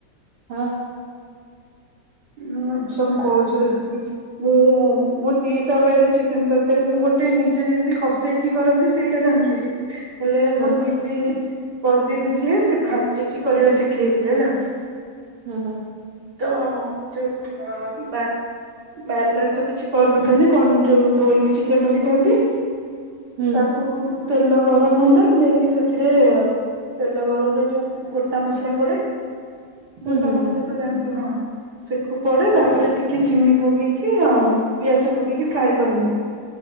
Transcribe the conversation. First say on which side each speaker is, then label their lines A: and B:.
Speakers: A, on the right; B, on the right.
A: ହ।
B: ଉଁ ଆଚ୍ଛା ମୁଁ କହୁଚି ରେସିପି। ମୁଁ ମୁଁ ଦିଟା ୱେ ରେ ଚିକେନ ତରକାରୀ ମୁଁ ଗୋଟେ ନିଜେ ଯେମିତି କଷେଇ କି କରନ୍ତି ସେଇଟା ଜାଣିଥିଲି। ହେଲେ
A: ହଁ
B: ମୋ ଦିଦି ବଡ ଦିଦି ଯିଏ ସେ ଭାଜିକି କରିବା ଶିଖେଇଥିଲେ ହେଲା।
A: ଉଁ ହୁଁ।
B: ତ ଯଉ। <unintelligible> ମ୍ୟାରିନେଟ ତ କିଛି କରିନଥାନ୍ତି କଣ ଯୋଉ ଧୋଇକି ଚିକେନ ରଖିଥାନ୍ତି।
A: ହୁଁ
B: ତାକୁ ତେଲ ଗରମ ହେଲେ ଯାଇକି ସେଥିରେ ତେଲ ଗରମରେ ଯୋଉ ଗୋଟା ମସଲା ପଡେ।
A: ହୁଁ
B: ଗୋଟା
A: ହୁଁ
B: ମସଲା
A: ହୁଁ
B: ତ ଜାଣିଥିବେ। ହଁ। ସେକୁ ପଡେ। ତାପରେ ଟିକେ ଚିନି ପକେଇକି ଆଉ ପିଆଜ ପକେଇକି ଫ୍ରାଏ କରନ୍ତି।